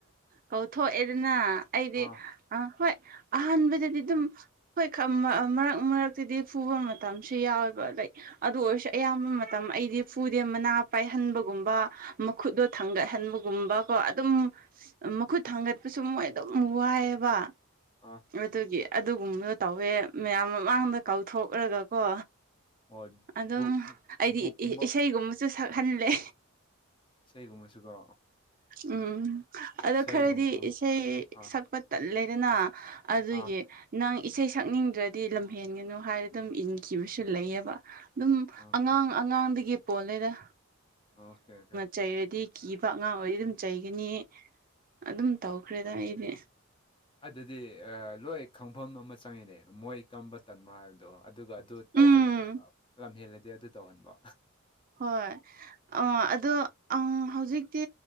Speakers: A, on the right; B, on the left.
A: ꯀꯧꯊꯣꯛꯑꯦꯗꯅ ꯑꯩꯗꯤ
B: ꯑꯥ
A: ꯑ ꯍꯣꯏ ꯑꯍꯥꯟꯕꯗꯗꯤ ꯑꯗꯨꯝ ꯍꯣꯏ ꯃꯔꯛ ꯃꯔꯛꯇꯨꯗꯤ ꯐꯨꯕ ꯃꯇꯝꯁꯨ ꯌꯥꯎꯋꯦꯕ ꯂ ꯑꯗꯨ ꯑꯣꯏꯔꯁꯨ ꯑꯌꯥꯝꯕ ꯃꯇꯝ ꯑꯩꯗꯤ ꯐꯨꯗꯦ ꯃꯅꯥ ꯄꯥꯏꯍꯟꯕꯒꯨꯝꯕ ꯃꯈꯨꯠꯇꯣ ꯊꯥꯡꯒꯠꯍꯟꯕꯒꯨꯝꯕ ꯀꯣ ꯑꯗꯨꯝ ꯃꯈꯨꯠ ꯊꯥꯡꯒꯠꯄꯁꯨ ꯃꯣꯏ ꯑꯗꯨꯝ ꯋꯥꯏꯌꯦꯕ
B: ꯑꯥ
A: ꯑꯗꯨꯒꯤ ꯑꯗꯨꯒꯨꯝꯕꯗꯣ ꯇꯧꯋꯦ ꯃꯌꯥꯝ ꯃꯃꯥꯡꯗ ꯀꯧꯊꯣꯛꯂꯒꯀꯣ
B: ꯍꯣꯏ
A: ꯑꯗꯨꯝ
B: ꯕꯨꯛ
A: ꯑꯩꯗꯤ
B: ꯕꯨꯛꯀꯨꯝꯕ
A: ꯏꯁꯩꯒꯨꯝꯕꯁꯨ ꯁꯛꯍꯜꯂꯦ
B: ꯏꯁꯩꯒꯨꯝꯕꯁꯨ ꯀꯣ
A: ꯎꯝ ꯑꯗꯣ
B: ꯏꯁꯩꯒꯨꯝꯕ
A: ꯈꯔꯗꯤ ꯏꯁꯩ
B: ꯑꯥ
A: ꯁꯛꯄ ꯇꯜꯂꯦꯗꯅ ꯑꯗꯨꯒꯤ
B: ꯑꯥ
A: ꯅꯪ ꯏꯁꯩ ꯁꯛꯅꯤꯡꯗ꯭ꯔꯗꯤ ꯂꯝꯍꯦꯟꯒꯅꯨ ꯍꯥꯏꯔ ꯑꯗꯨꯝ ꯏꯟꯈꯤꯕꯁꯨ ꯂꯩꯌꯦꯕ ꯑꯗꯨꯝ
B: ꯑꯣꯀꯦ
A: ꯑꯉꯥꯡ ꯑꯉꯥꯡꯗꯒꯤ ꯄꯣꯂꯦꯗ
B: ꯑꯣꯀꯦ ꯑꯣꯀꯦ
A: ꯆꯩꯔꯗꯤ ꯀꯤꯕ ꯑꯉꯥꯡ ꯑꯣꯏꯗꯤ ꯑꯗꯨꯝ ꯆꯩꯒꯅꯤ ꯑꯗꯨꯝ ꯇꯧꯈ꯭ꯔꯦꯗ ꯑꯩꯗꯤ
B: ꯑꯗꯨꯗꯤ ꯂꯣꯏ ꯈꯪꯐꯝ ꯑꯃ ꯆꯪꯉꯦꯅꯦ ꯃꯣꯏ ꯀꯝꯕ ꯇꯟꯕ꯭ꯔꯥ ꯍꯥꯏꯕꯗꯣ ꯑꯗꯨꯒ ꯑꯗꯨ ꯇꯧꯍꯟ
A: ꯎꯝ
B: ꯂꯝ ꯍꯦꯜꯂꯗꯤ ꯑꯗꯨ ꯇꯧꯍꯟꯕ
A: ꯍꯣꯏ ꯑ ꯑꯗꯣ ꯍꯧꯖꯤꯛꯇꯤ